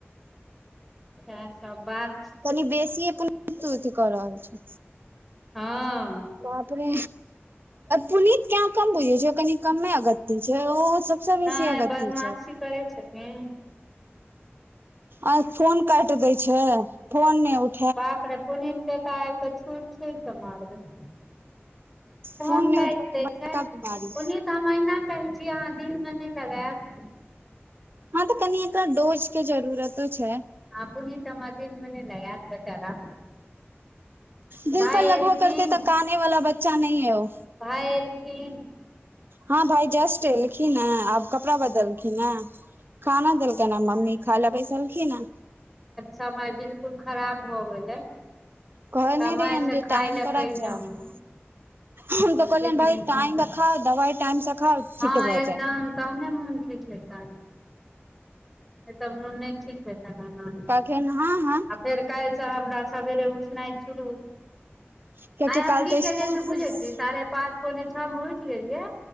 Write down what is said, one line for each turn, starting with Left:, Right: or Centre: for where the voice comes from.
Centre: अ सब बात
Right: कनि बेसी अपन अथ कऽ रहल छी
Centre: हँ
Right: अपे पुनत क्य कम बुझै छै कनि कमे अगति छै ओ सबसँ बेसी
Centre: नहि
Right: अगत्य
Centre: बदमाशी
Right: छै
Centre: करै छथिन
Right: आ फोन काट देय छै फोन ने उठ
Centre: बाप ने पुनीर त कह आक छूट छूड़ क मारग तहन
Right: फोन नहि
Centre: काट
Right: उठबै के
Centre: दै
Right: बड़का
Centre: छै
Right: बीमारी
Centre: ओने त महिना कहै छी अहाँ दिल में नहि लगायब
Right: हँ तऽ कनि ए डोज के जरूरतो छै
Centre: अपने त द मने लगैत बेचारा
Right: दिल
Centre: भाय
Right: पर लगबा
Centre: एलखिन
Right: करते तऽ कने वाला बच्चा न है ओ
Centre: भाय एलखिन
Right: हँ भाई जस्ट एलखिन ह आब कपड़ा बदलखिन ह खाना
Centre: हँ
Right: देलक न मम्मी खाइ ल बैसलखी न
Centre: समय बिलकुल खराब भए गेलै
Right: कहने
Centre: समय
Right: रयन
Centre: से
Right: जे
Centre: खाय
Right: टाइम
Centre: लए
Right: पर
Centre: कहियौन
Right: आबि जायब हम
Centre: मोन
Right: त
Centre: ठीक
Right: कहलिय
Centre: नहि
Right: भइ
Centre: छनि
Right: टाइम
Centre: तऽ
Right: र खााव दवइ टाइम स खाउ फिट
Centre: हँ
Right: भऽ
Centre: एकदम
Right: जायब
Centre: तहने मोन ठीक होयतन एतऽ मोन नहि ठीक भेलनि
Right: केनाह ह
Centre: आ फेर कालिसँ हमरा सवेरे उठनाइ शुरू
Right: कियाकि
Centre: आइ हम
Right: काल्हि
Centre: की
Right: तऽ
Centre: केलियै
Right: स्कूल
Centre: से बुझे
Right: खुलतै
Centre: छीय साढ़े पांच पौने छओं उठि गेलियै